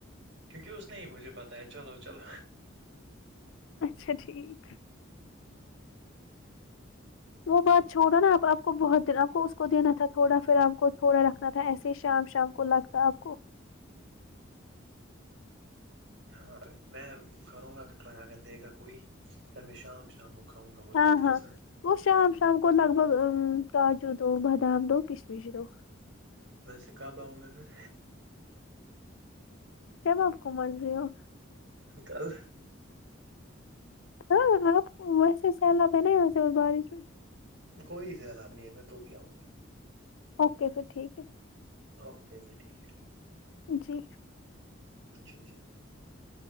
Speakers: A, on the right; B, on the left.
A: کیونکہ اس نے یہ مجھے پتہ ہے چلو چلو
B: اچھا ٹھیک وہ بات چھوڑا نا آپ کو بہت دن آپ کو اس کو دینا تھا تھوڑا پھر آپ کو تھوڑا رکھنا تھا ایسے ہی شام شام کو لگتا آپ کو
A: ہاں میں کروں گا کر ٹرئ اگر دے گا کوئی پھر میں شام شام کھاؤں گا وہ
B: ہاں
A: دودھ
B: ہاں
A: کے ساتھ
B: وہ شام شام کو لگ بگ ا کاجو دو بادام دو کشمش دو
A: ویسے کب آؤں میں پھر
B: جب آپ کا منظور ہو
A: پھر کل
B: ہاں آپ ویسے سیلابہ نہیں وسے اس بارش میں
A: کوئی سیلاب نہیں ہے میں تو بھی آؤں گا
B: اوکے پھر ٹھیک ہے
A: اوکے جی ٹھیک ہے
B: جی
A: جی جی